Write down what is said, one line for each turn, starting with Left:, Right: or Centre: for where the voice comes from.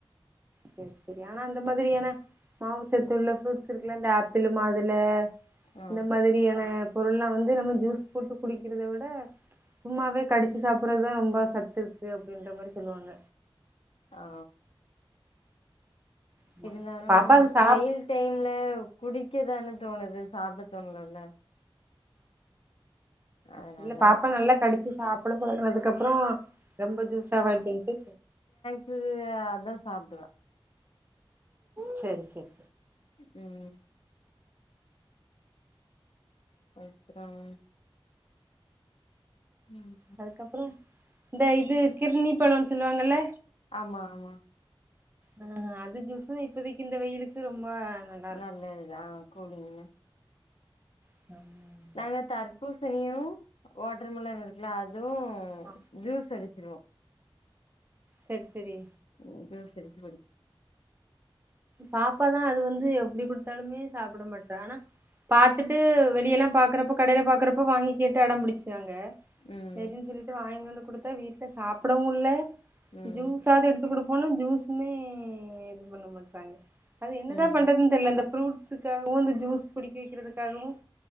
Right: செரி செரி ஆனா இந்த மாதிரியான மாவுச்சத்து உள்ள ஃப்ரூட்ஸ் இருக்குல இந்த ஆப்பிளு மாதுல
Left: ஆ
Right: இந்த மாதிரியான பொருள்லா வந்து நம்ம ஜூஸ் போட்டு குடிக்கிறத விட சும்மாவே கடிச்சி சாப்பட்றதுதா ரொம்ப சத்து இருக்கு அப்டின்ற மாரி சொல்லுவாங்க
Left: ஆ
Right: ஆமா
Left: இருந்தாலு
Right: பாப்பா அது சாப்
Left: வெயில் டைம்ல குடிக்கதானே தோணுது சாப்ட தோண்லல அதனால
Right: இல்ல பாப்பா நல்லா கடிச்சி சாப்ட பழகுனதுக்கு அப்றோ ரொம்ப ஜூஸா அவாய்ட் பண்ட்டு
Left: ஸூ அதா சாப்டுவே
Right: சரி சரி
Left: ம் அப்றம் ம்
Right: அதுக்கப்றோ இந்த இது கிர்ணி பழோன் சொல்லுவாங்கல
Left: ஆமா ஆமா
Right: ஆ அது ஜூஸு இப்பதைக்கு இந்த வெயிலுக்கு ரொம்ப நல்ல
Left: நல்லதுதா குடிங்க
Right: ம்
Left: நாங்க தர்பூசினியு வாட்ரு மெலனு குடிக்லா அதுவு
Right: ஆ
Left: ஜூஸ் அடிச்சிருவோ
Right: சரி சரி
Left: வந்து <unintelligible>
Right: பாப்பாதா அது வந்து எப்டி குடுத்தாலுமே சாப்ட மாட்றா ஆனா வந்து பாத்துட்டு வெளியலா பாக்குறப்போ கடையில பாக்குறப்போ வாங்கி கேட்டு அடம்பிடிச்சாங்க
Left: ம்
Right: செரின் சொல்லிட்டு வாய்ங் வந்து குடுத்தா வீட்ல சாப்டவு இல்ல
Left: ம்
Right: ஜூஸாது எடுத் து குடுப்போனு ஜூஸுமே இது பண்ண மாட்றாங்க அது என்னதாம்
Left: ம்
Right: பண்றதுன் தெர்ல இந்த ஃப்ரூட்ஸுக்காகவு இந்த ஜூஸ் குடிக்க வெக்கிறதுக்காகவு